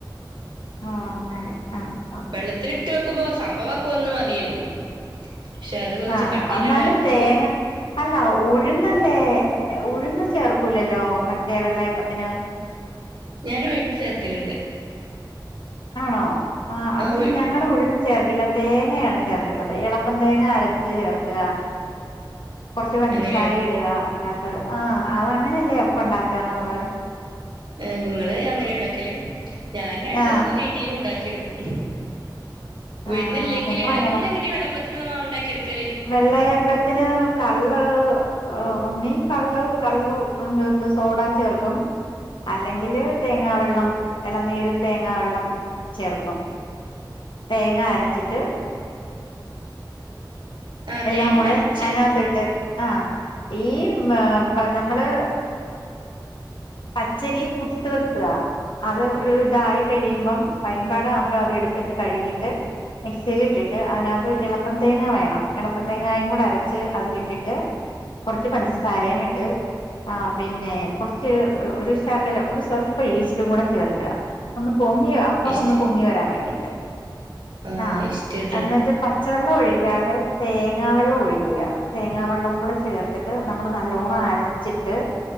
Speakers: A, on the left; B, on the right.
A: ആഹ് അങ്ങനെ ആ ആ
B: വെള്ളത്തില് ഇട്ട് വെക്കുമ്പോ സംഭവൊക്കെ ഒന്ന് മതിയല്ലോ ക്ഷെ അത് കുറച്ച്
A: ആ
B: കട്ടിയിലാണ്ട്
A: എന്നാലും
B: അരച്ചു
A: തേങ്ങ
B: വെക്കു
A: അല്ല ഉഴുന്നല്ലേ ഉഴുന്ന് ചേർക്കൂലല്ലോ മറ്റേ വെള്ളയപ്പത്തിന്
B: ഞാനുഴുന്ന് ചേർക്കലിണ്ട്
A: ആണോ ആഹ് അതിന്
B: ആ ഉഴു
A: ഞങ്ങള് ഉഴുന്ന് ചേർക്കില്ല തേങ്ങയാണ് ചേർക്കുന്നത് എളുപ്പം തേങ്ങ അരച്ച് ചേർക്ക്ക കൊറച്ച് പഞ്ചസാര
B: അങ്ങനെയാണ്
A: ഇടുക അതിനാത്ത് ആഹ് അത് അങ്ങനെയല്ലേ അപ്പണ്ടാക്ക നമ്മള്
B: ഏഹ് നിങ്ങള് അങ്ങനെയാ ഇണ്ടാക്കല് ഞാൻ രണ്ട്
A: ആ
B: രീതിയിലും ഉണ്ടാക്കിയെടുക്കും
A: ആ
B: ഉയുന്നില്ലെങ്കില്
A: ഞങ്ങളങ്ങനെ
B: നിങ്ങളെങ്ങനെയ വെള്ളപ്പത്തിനുള്ള മാവ് ണ്ടാക്കി എടുക്കല്
A: വെള്ളയപ്പത്തിന് കള്ള് ഒന്നീ കള്ള് കള്ളു <unintelligible> സോടാ ചേർക്കും അല്ലെങ്കില് തേങ്ങാവെള്ളം എളനീര് തേങ്ങാവെള്ളം ചേർക്കും തേങ്ങാ അരച്ചിട്ട്
B: ആ
A: എല്ലാം
B: തേങ്ങ
A: കൂടെ
B: അരച്ച്
A: അതിനകത്തിട്ട് ആഹ് ഈ പ നമ്മള് പച്ചരി കുതുത്ത് വെക്ക അത് ഒരു ഇതായി കഴിയുമ്പം പയമ്പാട ആവുമ്പോ അത് എടുത്തിട്ട് കഴുകീട്ട് മിക്സിൽ ഇട്ടിട്ട് അതിനകത്ത് എളപ്പം തേങ്ങ വേണം എളപ്പം തേങ്ങായും കൂടെ അരച്ച് അതിലിട്ടിട്ട് കൊറച്ച് പഞ്ചസാരേം ഇട്ട് ആഹ് പിന്നെ കുറച്ച് ഒരു ശകലം ഒരു സ്വല്പം ഈസ്റ്റും കൂടെ ചേർക്ക ഒന്ന് പൊങ്ങി അപ്പം
B: ഈസ്റ്റ്
A: ഒന്ന് പൊങ്ങി വരാൻ വേണ്ടിട്ട്
B: ആ
A: ആഹ്
B: ഈസ്റ്റ് ഇട്ട്
A: എന്നിട്ട് പച്ചവെള്ളം ഒഴിക്കാതെ തേങ്ങാവെള്ളം ഒഴിക്കുക തേങ്ങാവെള്ളം കൂടെ ചേർത്തിട്ട് നമ്മള് നല്ലോണ്ണം അരച്ചിട്ട്